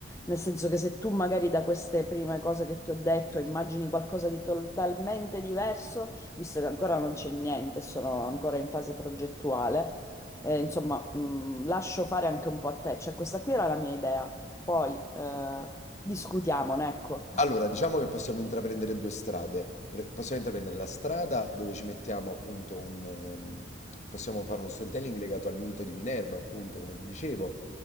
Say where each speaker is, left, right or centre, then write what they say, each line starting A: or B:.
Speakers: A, on the left; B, on the left.
A: Nel senso che se tu magari da queste prime cose che ti ho detto immagini qualcosa di totalmente diverso, visto che ancora non c'è niente, sono ancora in fase progettuale, eh, insomma, mh, lascio fare anche un po' a te. Cioè, questa qui era la mia idea. Poi, eh, Discutiamone, ecco.
B: Allora, diciamo che possiamo intraprendere due strade. Pre- possiamo intraprendere la strada dove ci mettiamo appunto un... ehm, possiamo fare uno storytelling legato al mito di Minerva, appunto, come ti dicevo,